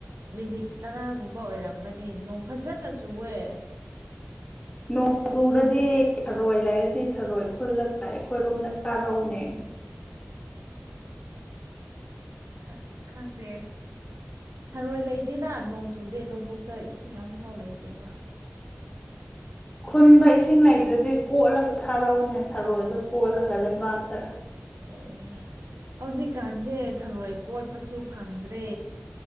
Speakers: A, on the right; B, on the left.
A: ꯃꯤꯅꯤꯠ ꯇꯔꯥꯒꯨꯝꯕ ꯑꯣꯏꯔꯝꯒꯅꯤ ꯅꯣꯡ ꯐꯖꯅ ꯆꯨꯋꯦ
B: ꯅꯣꯡ ꯆꯨꯔꯗꯤ ꯊꯔꯣꯏ ꯂꯩꯔꯗꯤ ꯊꯔꯣꯏ ꯈꯨꯜꯂꯒ ꯑꯩꯈꯣꯏꯔꯣꯝꯗ ꯀꯥꯔꯎꯅꯦ
A: ꯈ ꯈꯪꯗꯦ ꯊꯔꯣꯏ ꯂꯩꯇꯦꯗ ꯅꯣꯡ ꯆꯨꯗꯦ ꯂꯧꯕꯨꯛꯇ ꯏꯁꯤꯡ ꯑꯝꯐꯥꯎ ꯂꯩꯇꯦꯕ
B: ꯈꯨꯟꯕ ꯏꯁꯤꯡ ꯂꯩꯇ꯭ꯔꯗꯤ ꯀꯣꯠꯂꯒ ꯊꯥꯔꯧꯅꯦ ꯊꯔꯣꯏꯗꯣ ꯀꯣꯠꯂꯒ ꯂꯩꯕꯥꯛꯇ
A: ꯑꯦ ꯍꯧꯖꯤꯛꯀꯥꯟꯁꯦ ꯊꯔꯣꯏ ꯀꯣꯠꯄꯁꯨ ꯐꯪꯗ꯭ꯔꯦ